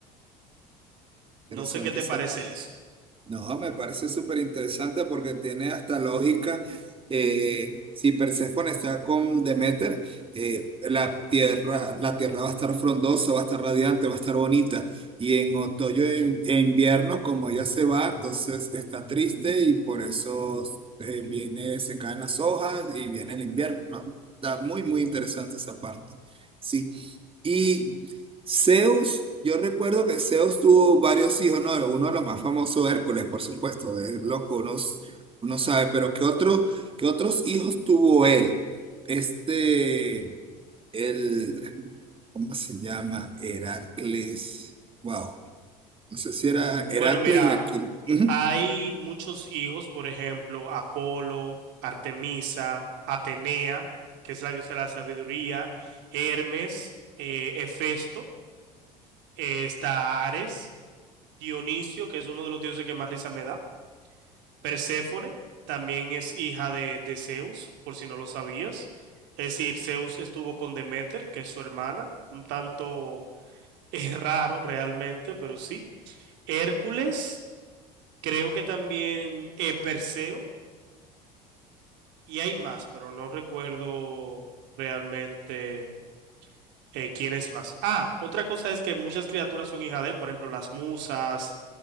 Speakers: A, on the right (about 25°); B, on the right (about 60°).
A: Interesante
B: No sé qué te
A: esa
B: parece
A: parte.
B: eso.
A: No, me parece súper interesante porque tiene hasta lógica. eh, si Perséfone está con Demeter, eh, la tierra, la tierra va a estar frondosa, va a estar radiante, va a estar bonita. Y en otoño e e invierno, como ella se va, entonces está triste y por eso eh, viene, se caen las hojas y viene el invierno, ¿no? Está muy, muy interesante esa parte. Sí. Y Zeus, yo recuerdo que Zeus tuvo varios hijos, ¿no? Uno de los más famosos, Hércules, por supuesto, es loco, uno, s- uno sabe, pero ¿qué otros, qué otros hijos tuvo él? Este, el, ¿cómo se llama? Heracles, wow, no sé si era Heracles
B: Bueno, mira,
A: y Aquiles. Ujú.
B: Hay muchos hijos, por ejemplo, Apolo, Artemisa, Atenea, que es la diosa de la sabiduría, Hermes, eh, Hefesto, eh, está Ares, Dionisio, que es uno de los dioses que más risa me da, Perséfone, también es hija de, de Zeus, por si no lo sabías. Es decir, Zeus estuvo con Deméter, que es su hermana, un tanto <laughs> es raro realmente, pero sí. Hércules, creo que también eh, Perseo. Y hay más, pero no recuerdo realmente eh, quién es más. Ah, otra cosa es que muchas criaturas son hijas de él, por ejemplo, las musas,